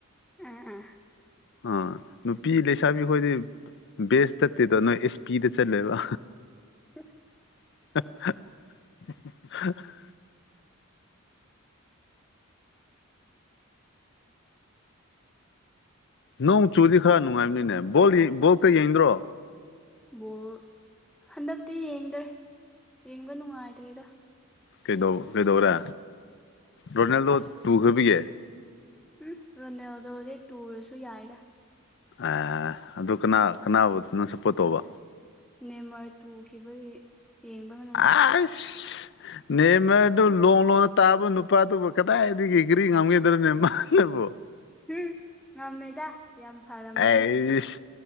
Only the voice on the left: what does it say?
ꯑꯥ ꯅꯨꯄꯤ ꯂꯩꯁꯥꯕꯤꯈꯣꯏꯗꯤ ꯕꯦꯁ ꯅꯠꯇꯦꯗꯣ ꯅꯣꯏ ꯑꯦꯁ ꯄꯤꯗ ꯆꯠꯂꯦꯕ꯫
<unintelligible> ꯅꯣꯡ ꯆꯨꯗꯤ ꯈꯔ ꯅꯨꯡꯉꯥꯏꯕꯅꯤꯅꯦ ꯕꯣꯜ ꯌꯦꯡ ꯕꯣꯜꯀ ꯌꯦꯡꯗ꯭ꯔꯣ?
ꯀꯩꯗꯧ ꯀꯩꯗꯧꯔꯦ ꯔꯣꯅꯥꯜꯗꯣ
ꯇꯨꯈꯕꯒꯤ?
ꯑꯦ ꯑꯗꯨ ꯀꯅꯥ ꯀꯅꯥꯅꯣ ꯁꯞꯄꯣꯔꯠ ꯇꯧꯕ
ꯑꯁ ꯅꯦꯃꯔꯗꯨ ꯂꯣꯡ ꯂꯣꯡꯅ ꯇꯥꯕ ꯅꯨꯄꯥꯗꯨꯕꯨ ꯀꯗꯥꯏꯗꯒꯤ ꯀ꯭ꯔꯤ ꯉꯝꯈꯤꯗ꯭ꯔꯣꯅꯦ ꯃꯥ ꯅꯕꯣ
ꯑꯩꯖ